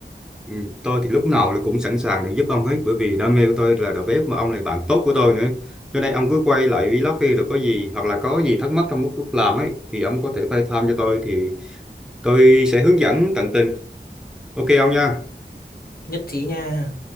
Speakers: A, in the centre; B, on the left.
A: Ừ, tôi thì lúc nào là cũng sẵn sàng để giúp ông hết bởi vì đam mê của tôi là đầu bếp mà ông là bạn tốt của tôi nữa cho nên ông cứ quay lại vlog đi rồi có gì hoặc là có gì thắc mắc trong lúc, lúc làm ấy thì ông có thể phải tham cho tôi thì tôi sẽ hướng dẫn tận tình ok ông nha
B: nhất trí nha